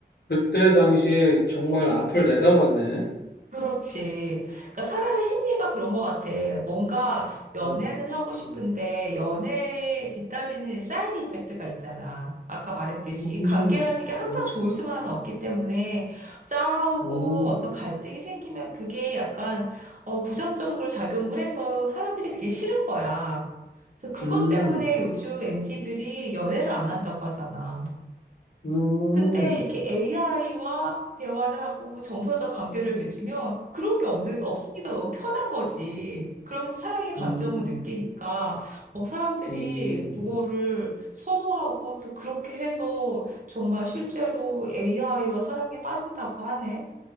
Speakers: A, on the left; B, on the right.
A: 그때 당시에 정말 앞을 내다봤네.
B: 그렇지. 그러니까 사람의 심리가 그런 것 같아. 뭔가 연애는
A: 음,
B: 하고 싶은데
A: 음,
B: 연애에 뒤따르는 사이드 이펙트가 있잖아. 아까 말했듯이
A: 음,
B: 관계라는 게 항상
A: 음,
B: 좋을 수만은 없기 때문에 싸우고
A: 음,
B: 어떤 갈등이 생기면 그게 약간 어, 부정적으로 작용을 해서 사람들이 그게 싫은 거야. 그래서 그것
A: 음,
B: 때문에 요즘 MZ들이 연애를 안 한다고 하잖아.
A: 음,
B: 근데 이렇게 AI와 대화를 하고 정서적 관계를 맺으면 그런 게 없는, 없으니까 너무 편한 거지. 그러면서 사랑의 감정을
A: 음.
B: 느끼니까 어, 사람들이
A: 음.
B: 국어를 선호하고 또 그렇게 해서 정말 실제로 AI와 사랑에 빠진다고 하네.